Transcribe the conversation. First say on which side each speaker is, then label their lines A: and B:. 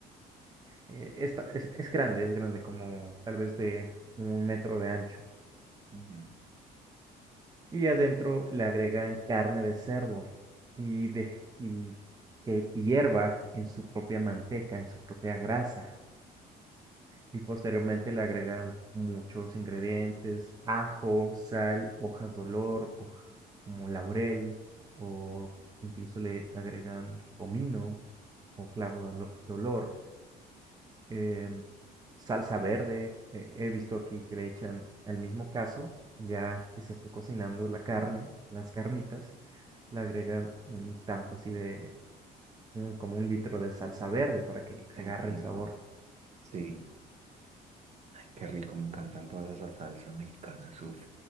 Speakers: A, on the right; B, on the right.
A: eh, esta- es, es grande, es grande, como tal vez de un metro de ancho.
B: ujú,
A: Y adentro le agregan carne de cerdo y, de, y que hierva en su propia manteca, en su propia grasa. Y posteriormente le agregan muchos ingredientes, ajo, sal, hojas de olor, hoja- como laurel, o incluso le agregan comino o clavo de olo- de olor, em, salsa verde. eh, he visto aquí que le echan el mismo caso, ya que se esté cocinando la carne, las carnitas, le agregan un tanto así de un- como un litro de salsa verde para que
B: Entiendo.
A: agarre el sabor.
B: Sí, qué rico, me encantan todas esas salsas mexicanas, uf,